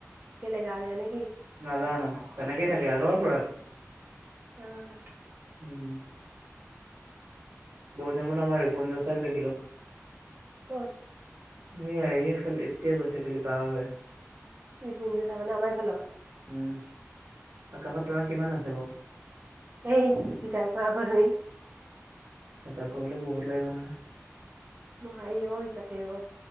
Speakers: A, on the right; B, on the right.
A: কেলে গা বেয়া নেকি
B: নাজানো তেনেকেই থাকে আগৰ পৰাই
A: অহঁ।
B: উম। পৰহি আমাৰ ৰিপুঞ্জ চাৰক দেখিলো৷
A: ক'ত?
B: এয়া এফালে এতিয়া গৈছে এই ফালে দি পাৰ হৈ৷
A: এই ৰিপুঞ্জয় চাৰ মানে আমাৰ এই ফালৰ?
B: উম আকাশত তৰা কিমান আছে বৌ?
A: সেই হিচাপ কৰা আকৌ তুমি।
B: আতচা কৰিবলে বহুত লাগিব নহয়৷
A: নোৱাৰি অঁ হিচাপ কৰিব